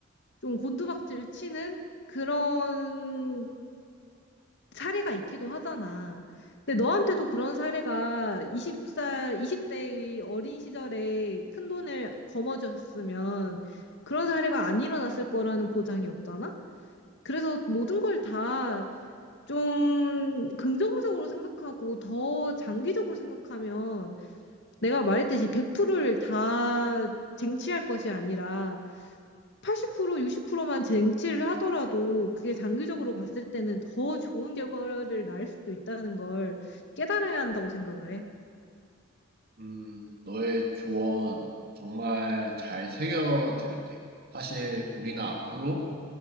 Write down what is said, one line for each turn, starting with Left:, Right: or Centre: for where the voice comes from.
Left: 좀 곤두박질 치는 그런 사례가 있기도 하잖아. 근데 너한테도 그런 사례가 20살, 20대의 어린 시절에 큰 돈을 거머쥐었으면 그런 사례가 안 일어났을 거라는 보장이 없잖아? 그래서 모든 걸 다 좀 긍정적으로 생각하고 더 장기적으로 생각하면 내가 말했듯이 100%를 다 쟁취할 것이 아니라 80%, 60%만 쟁취를 하더라도 그게 장기적으로 봤을 때는 더 좋은 결과를 낳을 수도 있다는 걸 깨달아야 한다고 생각을 해.
Right: 음, 너의 조언 정말 잘 새겨 들을게. 사실 우리는 앞으로